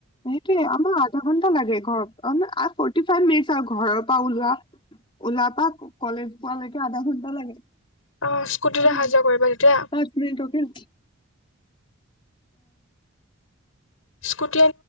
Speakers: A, on the left; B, on the left.
A: সেইটোয়ে আমাৰ আধা ঘন্টা লাগে ঘৰত অ ফৰ্টি ফাইভ মিনিট আও ঘৰৰ পৰা ওলোৱা। ওলা পা কলেজ পোৱালৈকে আধা ঘন্টা লাগে।
B: অ স্কুটিত
A: <unintelligible>
B: অহা যোৱা কৰিবা তেতিয়া
A: পাঁচ মিনিট অ'কে।
B: স্কুট